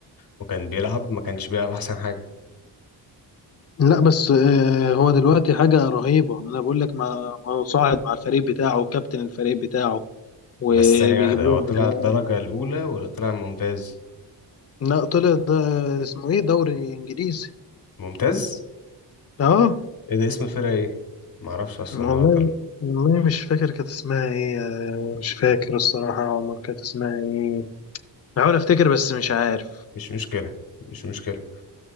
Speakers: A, on the left; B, on the left.
A: وكان بيلعب ما كانش بيلعب احسن حاجه
B: لا بس آه، هو دلوقتي حاجة رهيبة أنا بقول لك ما ما صاعد مع الفريق بتاعه وكابتن الفريق بتاعه وبيجيب
A: بس ثانيه واحده
B: لهم
A: هو طلع
B: أجوان.
A: الدرجه الاولى ولا طلع ممتاز
B: لا طلع ده اسمه إيه دوري إنجليزي
A: ممتاز
B: أه
A: ايه ده اسم الفرقه ايه ما اعرفش اصلا
B: والله
A: ان هو طلع
B: والله مش فاكر كانت اسمها إيه آه، مش فاكر الصراحة عمر كانت اسمها إيه بحاول أفتكر بس مش عارف
A: مش مشكله مش مشكله